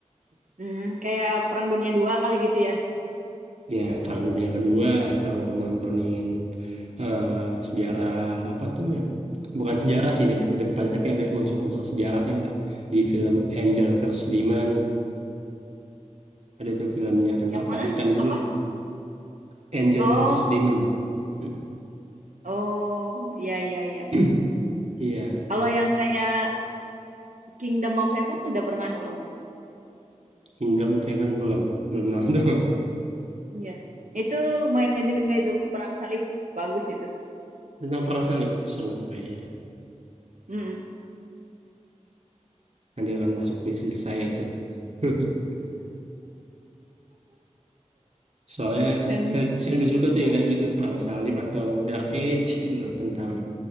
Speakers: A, on the right; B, on the right.
A: Hmm, kayak Perang Dunia Dua kali gitu ya.
B: ya Perang Dunia Kedua atau nontonin eh, sejarah apa tuh yang bukan sejarah sih tapi lebih tepatnya tapi ada unsur-unsur sejarahnya lah di film Angel versus Demon ada tuh filmnya tentang
A: Yang mana?
B: Vatikan gitu
A: Apa?
B: lah Angel
A: Oh,
B: versus Demon Mm-mm.
A: oh, iya iya iya.
B: <clears throat> iya
A: Kalau yang kayak Kingdom of Heaven udah pernah belum?
B: Kingdom of Heaven belum belum nonton
A: Iya. Itu lumayan juga itu perang salib bagus gitu.
B: <laughs> tentang perang salib seru tuh kayaknya itu
A: Hmm.
B: nanti akan masuk wishlist saya tuh <laughs> Soalnya
A: Dan
B: saya, saya lebih suka tuh yang kayak gitu perang salib atau Dark Age itu kan tentang